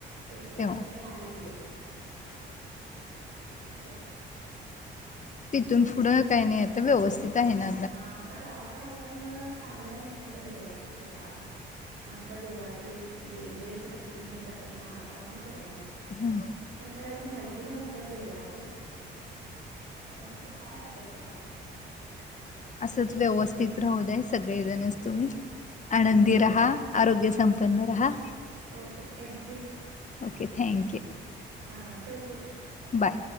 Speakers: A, on the right (about 80°); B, on the left (about 40°).
A: ते एक वर्षला
B: तेव्हा
A: आलं गेलं अस.
B: तिथून पुढं काही नाही आता व्यवस्थित आहे ना
A: हा आता गावाकड आल्यामुळं चांगलंय म्हणायचं देवाची कृपा आमची आमच्या देवाचं लई दे लई सगळे जण हे करतात मानतात ना देवाला
B: हम्म.
A: का एवढं माहिती नव्हतं देवाचं. परंतु हाय आता चांगलं.
B: असच व्यवस्थित राहू दय सगळेजणच तुम्ही आनंदी
A: हा
B: राहा आरोग्य संपन्न राहा.
A: Okay thank you
B: okay thank you.
A: हा ठेवते.
B: बाय.